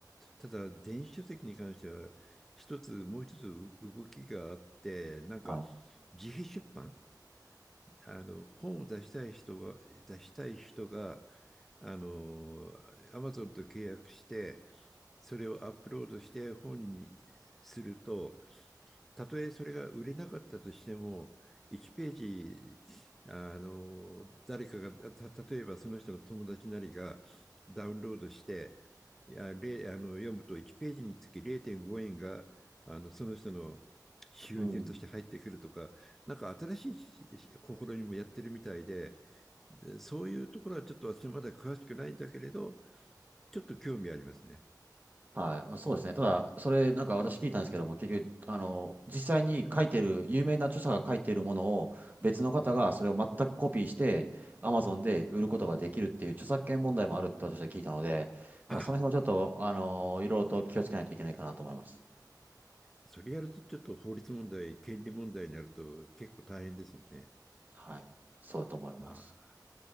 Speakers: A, in the centre; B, on the right.
A: ただ電子書籍に関しては一つもう一つ動きがあってなんか
B: はい。
A: 自費出版あの本を出したい人が出したい人があの Amazon と契約してそれをアップロードして本にするとたとえそれが売れなかったとしても、1ページ、あの、誰かが、た、例えばその人の友達なりがダウンロードして、いや、れ、あの、読むと1ページにつき0.5円が、あの、その人の収入として入ってくるとか、
B: うん
A: なんか新しい試みもやってるみたいで、で、そういうところはちょっと私まだ詳しくないんだけれど、ちょっと興味ありますね。
B: はい、そうですね。ただ、それ、なんか私聞いたんですけども、結局、あの、実際に書いてる、有名な著者が書いてるものを、別の方がそれを全くコピーして、Amazon で売ることができるっていう著作権問題もあるって私は聞いたので、だからその辺もちょっと、
A: あ
B: あの、いろいろと気をつけないといけないかなと思います。
A: それやるとちょっと法律問題、権利問題になると結構大変ですよね。
B: はい、そうだと思います。
A: ああ、